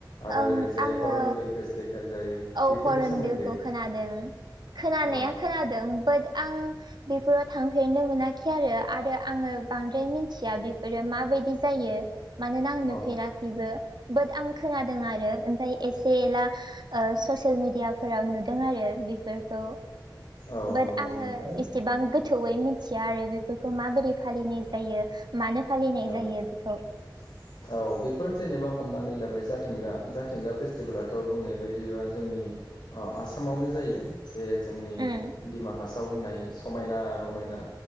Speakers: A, on the left (about 65°); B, on the right (about 65°).
A: आरो
B: ओं
A: ओरैजाय
B: आङो
A: हरनबिल फेस्टिभेल जायो
B: औ
A: बेफोरनि
B: हरन
A: सोमोन्दै
B: बिलखौ खोनादों खोनानाया
A: औ
B: खोनादों बाट आं बेफोराव थांफेरनो मोनाखै आरो आरो आङो बांद्राय मिथिया बेफोरो माबायदि जायो मानोना आं नुफेराखैबो
A: औ
B: बट आं खोनादों आरो ओमफ्राय एसे एला ओ ससियेल मेडियाफोराव नुदों आरो बेफोरखौ
A: औ
B: बाट
A: नंगौ
B: आङो
A: नोंथां
B: एसेबां गो थौयै मिथिया आरो बेफोरखौ माबोरै फालिनाय जायो मानो फालिनाय
A: औ
B: जायो बेखौ
A: <inaudible> औ बेफोर जेनेबा हमनानै लाबाय जाथिंगा जाथिंगा फेस्टिभेलाथ' बुंनाय बायदिबा जोंनि अ आसामावनो जायो जे जोंनि
B: उम
A: दिमा हासाव होननाय समायना रमायना